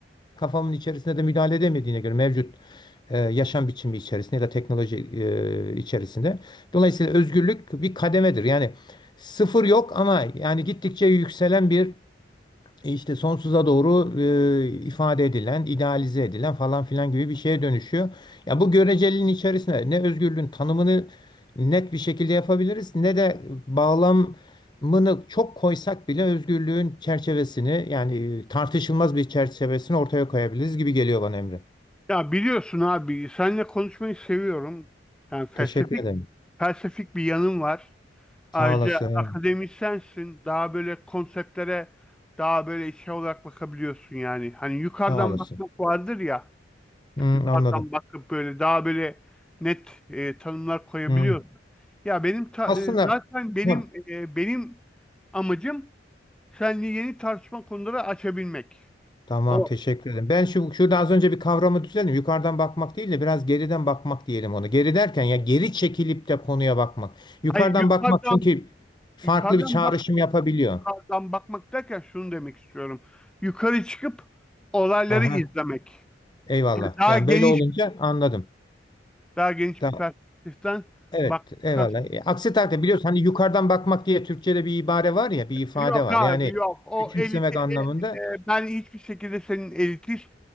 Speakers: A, on the left (about 25°); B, in the centre.
A: kafamın içerisinde de müdahale edemediğine göre mevcut e, yaşam biçimi içerisinde ya da teknoloji e, içerisinde. Dolayısıyla özgürlük bir kademedir. Yani sıfır yok ama yani gittikçe yükselen bir e işte sonsuza doğru e, ifade edilen, idealize edilen falan filan gibi bir şeye dönüşüyor. Ya bu göreceliliğin içerisinde ne özgürlüğün tanımını net bir şekilde yapabiliriz ne de bağlamını çok koysak bile özgürlüğün çerçevesini yani e, tartışılmaz bir çerçevesini ortaya koyabiliriz gibi geliyor bana Emre.
B: Ya biliyorsun abi, seninle konuşmayı seviyorum. Yani felsefik
A: Teşekkür ederim.
B: felsefik bir yanım var.
A: Sağ
B: Ayrıca
A: olasın.
B: akademisyensin. Daha böyle konseptlere daha böyle şey olarak bakabiliyorsun yani. Hani yukarıdan
A: Sağ olasın.
B: bakmak vardır ya.
A: Hı,
B: yukarıdan
A: anladım.
B: bakıp böyle daha böyle net e, tanımlar koyabiliyorsun.
A: Hı.
B: Ya benim ta-
A: Aslında
B: e, zaten benim
A: ya
B: e, benim amacım seninle yeni tartışma konuları açabilmek.
A: Tamam
B: O
A: teşekkür ederim. Ben şu şurada az önce bir kavramı düzelttim. Yukarıdan bakmak değil de biraz geriden bakmak diyelim onu. Geri derken ya geri çekilip de konuya bakmak. Yukarıdan
B: hayır yukarıdan
A: bakmak çünkü farklı
B: yukarıdan
A: bir çağrışım
B: bak
A: yapabiliyor.
B: yukarıdan bakmak derken şunu demek istiyorum. Yukarı çıkıp olayları
A: Aha,
B: izlemek.
A: eyvallah.
B: Yani daha
A: Yani
B: geniş
A: böyle olunca anladım.
B: daha geniş
A: Tamam.
B: bir perspektiften
A: Evet,
B: bakmak
A: eyvallah. E, aksi takdirde biliyorsun hani yukarıdan bakmak diye Türkçe'de bir ibare var ya, bir ifade
B: Yok
A: var.
B: abi
A: Yani
B: yok. O
A: küçümsemek
B: eliti e,
A: anlamında.
B: e, ben hiçbir şekilde senin elitist